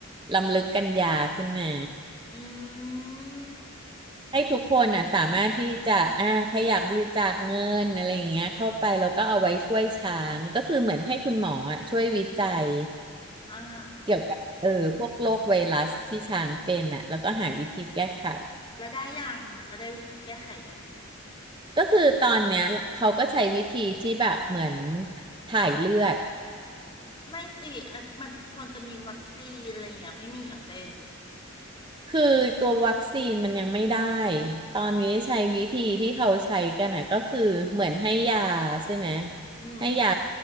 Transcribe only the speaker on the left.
อืม
อ่าฮะ
จะแล้วได้ยังแล้วได้วิธีแก้ไขยัง
ไม่สิอ่ะมันควรจะมีวัคซีนอะไรอย่างเงี้ยไม่มีเหรอเจ๊
อืม